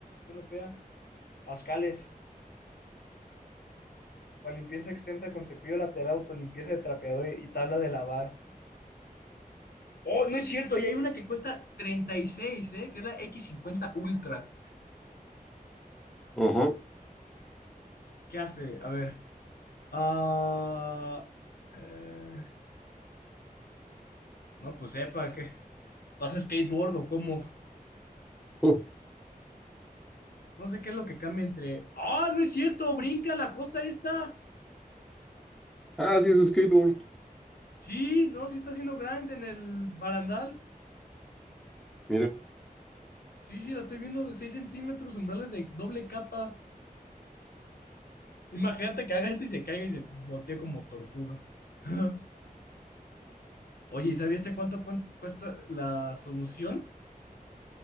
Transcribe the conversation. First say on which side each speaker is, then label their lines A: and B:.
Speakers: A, on the left (about 80°); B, in the centre.
A: uno PA, pascales, para limpieza extensa con cepillo lateral, autolimpieza de trapeador y y tabla de lavar. Oh, no es cierto, y hay una que cuesta treinta y seis ¿eh? Que es la x cincuenta Ultra.
B: Ajá.
A: ¿Qué hace? A ver. Ah, eh, no, pues sepa, ¿qué? pasa a skateboard o cómo?
B: Oh,
A: No sé qué es lo que cambia entre. ¡Ah, no es cierto! ¡Brinca la cosa esta!
B: Ah, sí, es skateboard.
A: Sí, no, sí está haciendo grind en el barandal.
B: Mira,
A: Sí, sí, la estoy viendo de 6 centímetros, umbrales de doble capa. Imagínate que haga eso y se caiga y se botee como tortuga. <laughs> Oye, ¿y ¿sabías este cuánto cuen- cuesta la solución?